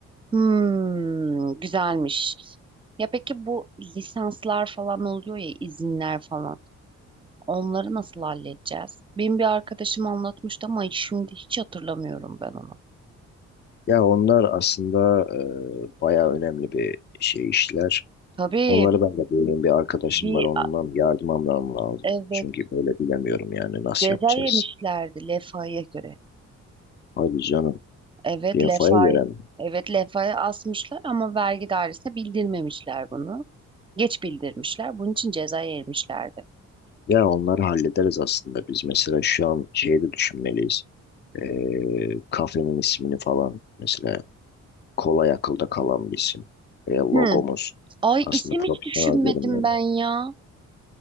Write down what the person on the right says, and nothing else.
Hmm, güzelmiş. Ya peki bu lisanslar falan oluyor ya izinler falan. Onları nasıl halledeceğiz? Benim bir arkadaşım anlatmıştı ama şimdi hiç hatırlamıyorum ben onu.
Tabii
bir
evet
ceza
yemişlerdi Lefa'ya göre.
Evet
Lefa'yı
evet Lefa'ya asmışlar ama vergi dairesine bildirmemişler bunu. Geç bildirmişler. Bunun için ceza yemişlerdi.
Hmm. Ay
isim
hiç düşünmedim
ben ya.